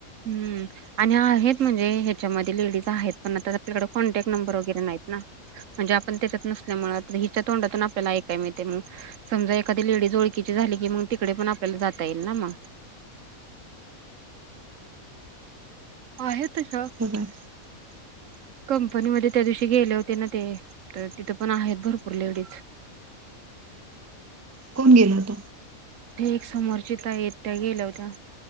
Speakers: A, on the right (about 65°); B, on the right (about 20°).
A: हम्म आणि आहेत म्हणजे ह्याच्यामध्ये डीज आहेत पण आता आपल्याकडे कॉन्टॅक्ट नंबर वगैरे नाहीत ना म्हणजे आपण त्याच्यात नसल्यामुळे हिच्या तोंडातून आपल्याला ऐकाय मिळते मग समजा एखादी लेडीज ओळखीची झाली की मग तिकडे पण आपल्याला जाता येईल ना मग. आहे तिथं.
B: बघाय.
A: <inaudible> कंपनीमध्ये त्या दिवशी गेले होते ना ते, तर तिथं पण आहेत भरपूर लेडीज.
B: कोण गेला होत.
A: ते एक समोरची त्या येत त्या्या गेल्या होत्या